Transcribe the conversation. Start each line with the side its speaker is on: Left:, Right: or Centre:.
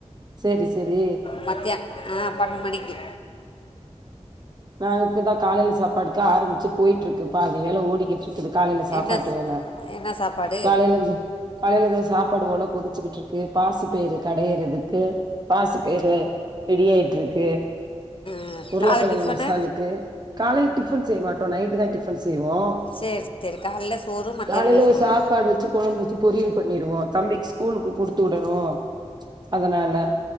Right: சேரி சேரி
Left: மத்யா ஆ பன்னென்டு மணிக்கி
Right: நா இப்பதா காலைல சாப்பாடுக்கு ஆரம்பிச்சு போயிட்ருக்கு பாதி வேல ஓடிக்கிட்ருக்குது காலைல சாப்பாட்டு
Left: என்ன
Right: வேல
Left: என்ன சாப்பாடு
Right: காலைலேந்து காலைல இதோ சாப்பாடு ஒல கொதிச்சுக்கிட்ருக்கு பாசி பயிறு கடையறது க்கு பாசி பயிறு ரெடியாய்ட்ருக்கு
Left: ஆ,
Right: உருளக்கெழங்கு
Left: காலை டிஃபனு
Right: மசி க்கு காலையில் டிஃபன் செய்ய மாட்டோ நைட்டுதா டிஃபன் செய்வோ
Left: சரி சரி காலைல சோறு மத்தியானமும்
Right: காலைல ஒரு
Left: சோறு
Right: சாப்பாடு வச்சு கொழம்பு வச்சு பொரியல் பண்ணிருவோ தம்பிக்கு ஸ்கூலுக்கு குடுத்து உடணு அதனால